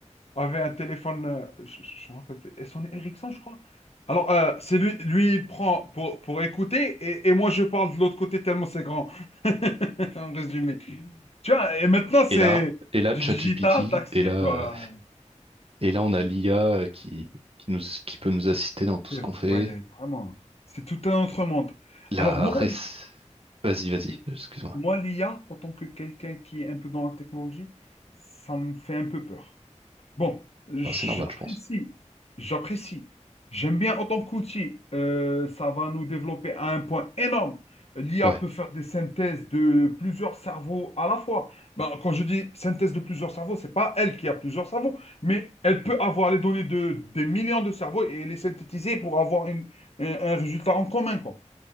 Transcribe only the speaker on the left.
avait un téléphone, euh, je, je- je me rappelle plus, son Ericsson, je crois. Alors, euh, c'est lui, lui, il prend pour, pour écouter et, et moi, je parle de l'autre côté tellement c'est grand. en résumé. Tu vois, et maintenant, c'est
du
digital, taxi,
toi.
Ouais,
vraiment. C'est tout un autre monde.
Alors, moi,
oui,
moi l'IA, en tant que quelqu'un qui est un peu dans la technologie, ça me fait un peu peur. Bon, j'apprécie,
j'apprécie. J'aime bien autant qu'outil. Euh, ça va nous développer à un point énorme. L'IA
peut faire des synthèses de plusieurs cerveaux à la fois. Ben, quand je dis synthèse de plusieurs cerveaux, c'est pas elle qui a plusieurs cerveaux, mais elle peut avoir les données de des millions de cerveaux et les synthétiser pour avoir une- un, un résultat en commun, quoi.